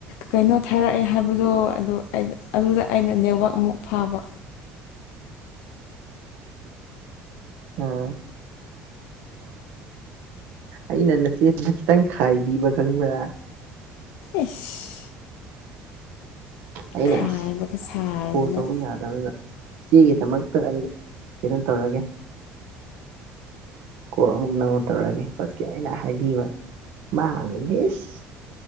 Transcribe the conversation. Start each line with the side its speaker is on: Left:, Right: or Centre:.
Left: ꯀꯩꯅꯣ ꯊꯥꯔꯛꯑꯦ ꯍꯥꯏꯕꯗꯣ ꯑꯗꯨ ꯑꯗꯨꯗ ꯑꯩꯅ ꯅꯦꯠꯋꯥꯛꯃꯨꯛ ꯐꯥꯕ
Right: ꯎꯝ ꯑꯩꯅ ꯅꯆꯦꯗꯨꯗ ꯈꯤꯇꯪ ꯈꯥꯏꯕꯤꯕ ꯈꯪꯕ꯭ꯔꯥ
Left: ꯏꯁ
Right: ꯑꯩꯅ
Left: ꯈꯥꯏꯕꯒ
Right: ꯑꯁ
Left: ꯁꯥꯔꯗꯅ
Right: ꯀ ꯇꯧꯕ ꯌꯥꯔ ꯗ ꯆꯦꯒꯤꯗꯃꯛꯇ ꯑꯩ ꯀꯩꯅꯣ ꯇꯧꯔꯒꯦ ꯀꯣ ꯑꯃꯨꯛ ꯅꯧ ꯇꯧꯔꯛꯑꯒꯦ ꯈꯣꯠꯀꯦ ꯑꯩꯅ ꯍꯥꯏꯕꯤꯕ ꯃꯥ ꯑꯗꯨ ꯂꯤꯁ